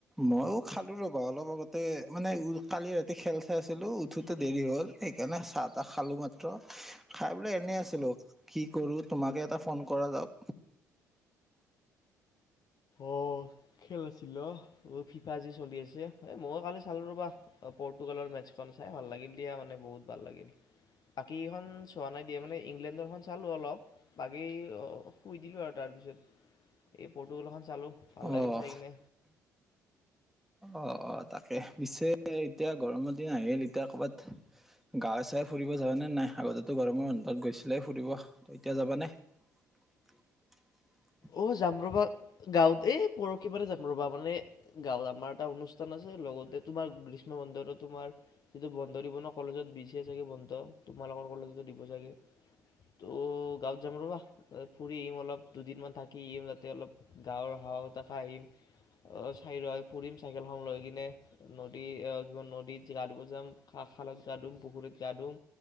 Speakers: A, in the centre; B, on the left.
A: মইও খালো ৰবা অলপ আগতে মানে উ কালি ৰাতি খেল চাই আছিলো উঠোতে দেৰি হ'ল। সেইকাৰণে চাহ, তাহ খালো মাত্ৰ খাই বোলে এনেই আছিলোঁ কি কৰোঁ তোমাকে এটা ফোন- কৰা যাওক
B: অ খেল আছিল অ ফিফা যি চলি আছে এ মই কালি চালো ৰ'বা পৰ্তুগালক মেটছ- চাই ভাল লাগিল দিয়া মানে বহুত ভাল লাগিল বাকীখন চোৱা নাই দিয়া মানে ইংলেণ্ডৰ খন চালো অলপ বাকী শুই দিলো আৰু তাৰ পিছত এ পৰ্তুগল খন চালো ভাল
A: অ
B: লাগিল চাই কিনে
A: অ অ তাকে পিছে এতিয়া গৰমৰ দিন আহিল এতিয়া কৰ'বাত গা চাই ফুৰিব যাবানে নাই আগতেতো গৰমৰ বন্ধত গৈছিলাই ফুৰিব এতিয়া যাবা নে- <unintelligible>
B: অ জাম ৰবা গাঁৱত এই পৰখি মান জাম ৰবা মানে গাঁৱত আমাৰ এটা অনুষ্ঠান আছে। লগতে তোমাৰ গ্ৰীষ্ম বন্দৰ তোমাৰ যিটো বন্দদিব ন কলেজত দিছে চাগে বন্ধ তোমাৰ- লোকৰ কলেজতো দিব চাগে ত' গাঁৱত যাম ৰ'বা ফুৰি আহিম অলপ দুদিনমান থাকিম তাতে অলপ গাঁৱৰ হাৱা বতা খাই আহিম। ঠাই ৰয় ফুৰিম চাইকেলখন লৈ কিনে নদী আহ কিবা নদীত গা ধুম যাম খা খালত গা ধুম পুখুৰীত গা ধুম